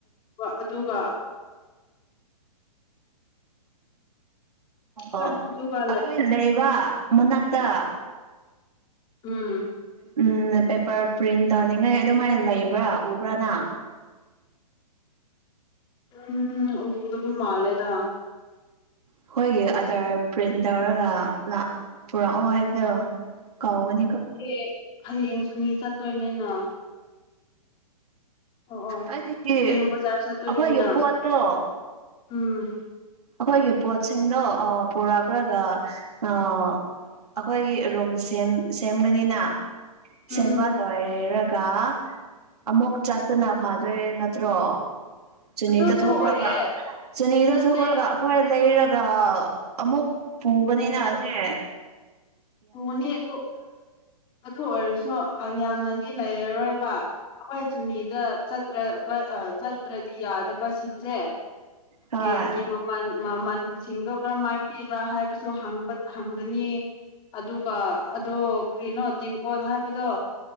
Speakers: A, on the left; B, on the right.
A: ꯑꯗꯨꯒ ꯑꯗꯨꯒ
B: ꯑꯣ ꯑꯩꯈꯣꯏ ꯂꯩꯕ ꯃꯅꯥꯛꯇ
A: ꯑꯝ
B: ꯎꯝ ꯄꯦꯄꯔ ꯄ꯭ꯔꯤꯟ ꯇꯧꯅꯤꯡꯉꯥꯏ ꯑꯗꯨꯃꯥꯏꯅ ꯂꯩꯕ꯭ꯔꯥ ꯎꯕ꯭ꯔꯥꯅ
A: ꯎꯝ ꯑꯣꯗ ꯃꯥꯂꯦꯗ
B: ꯑꯩꯈꯣꯏꯒꯤ ꯑꯥꯗꯔ ꯄ꯭ꯔꯤꯟ ꯇꯧꯔꯒ ꯄꯨꯔꯛꯑꯣ ꯍꯥꯏꯕꯗꯣ ꯀꯥꯎꯒꯅꯤ
A: ꯑꯦ ꯍꯌꯦꯡꯁꯨ ꯃꯤ ꯆꯠꯇꯣꯏꯅꯤꯅ ꯑꯣ ꯑꯣ
B: ꯑꯩꯗꯤ
A: ꯍꯌꯦꯡ ꯕꯖꯥꯔ ꯆꯠꯇꯣꯏꯅꯦꯅ
B: ꯑꯩꯈꯣꯏꯒꯤ ꯄꯣꯠꯇꯣ
A: ꯎꯝ
B: ꯑꯩꯈꯣꯏꯒꯤ ꯄꯣꯠꯁꯤꯡꯗꯣ ꯄꯨꯔꯛ꯭ꯔꯒ ꯑꯩꯈꯣꯏꯒꯤ ꯔꯨꯝ ꯁꯦꯝꯒꯅꯤꯅ ꯁꯦꯝꯕ
A: ꯎꯝ
B: ꯂꯣꯏꯔ ꯀ ꯑꯃꯨꯛ ꯆꯠꯄꯅ ꯐꯥꯗꯣꯏꯔꯦ ꯅꯠꯇ꯭ꯔꯣ ꯆꯅꯤꯗ
A: ꯑꯗꯨꯁꯨ
B: ꯊꯣꯛꯔꯒ
A: ꯑꯣꯏꯌꯦ
B: ꯆꯅꯤꯗ
A: ꯅꯠꯇꯦ
B: ꯊꯣꯛ ꯄꯨꯔꯒ ꯑꯩꯈꯣꯏ ꯂꯩꯔꯒ ꯑꯃꯨꯛ ꯄꯨꯕꯅꯤꯅꯁꯦ
A: ꯊꯨꯅꯤ ꯑꯗꯨ ꯑꯗꯨ ꯑꯣꯏꯔꯁꯨ ꯌꯥꯝꯅꯗꯤ ꯂꯩꯔꯔꯣꯏꯕ ꯍꯈꯣꯏ ꯆꯨꯅꯤꯗ ꯆꯠꯇ꯭ꯔ ꯆꯠꯇ꯭ꯔꯗꯤ ꯌꯥꯗꯕꯁꯤꯡꯁꯦ
B: ꯍꯣꯏ
A: ꯦꯁꯀꯤ ꯃꯃꯥ ꯃꯃꯟꯁꯤꯡꯗꯣ ꯀꯔꯝꯃꯥꯏꯅ ꯄꯤꯕ꯭ꯔꯥ ꯍꯥꯏꯕꯁꯨꯕ ꯍꯪꯒꯅꯤ ꯑꯗꯨꯒ ꯑꯗꯣ ꯀꯩꯅꯣ ꯇꯦꯡꯀꯣꯠ ꯍꯥꯏꯕꯗꯣ